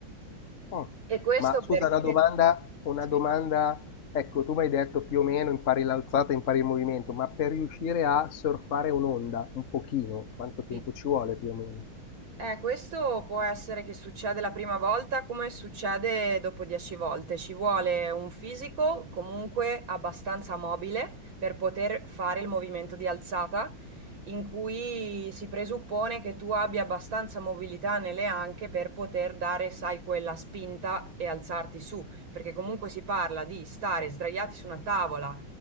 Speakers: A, on the left; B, on the right.
A: Mh.
B: E questo
A: Ma
B: perché...
A: scusa una domanda una
B: Sì,
A: domanda, ecco tu m'hai detto più o meno impari l'alzata, impari il movimento, ma per riuscire a surfare un'onda un pochino, quanto tempo
B: sì.
A: ci vuole più o meno?
B: Eh, questo può essere che succede la prima volta come succede dopo dieci volte. Ci vuole un fisico comunque abbastanza mobile per poter fare il movimento di alzata, in cui si presuppone che tu abbia abbastanza mobilità nelle anche per poter dare, sai, quella spinta e alzarti su, perché comunque si parla di stare sdraiati su una tavola